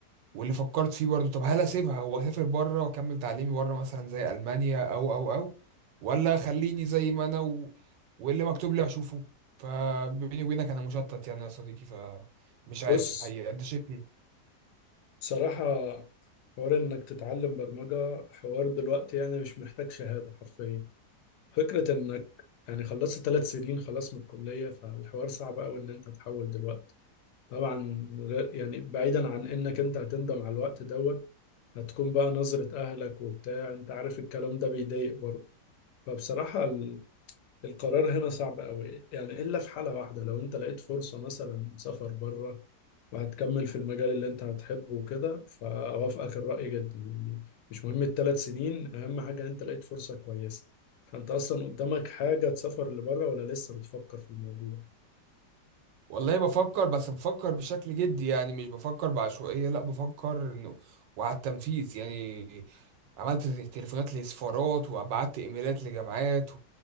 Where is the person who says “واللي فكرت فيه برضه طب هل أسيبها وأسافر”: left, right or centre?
Right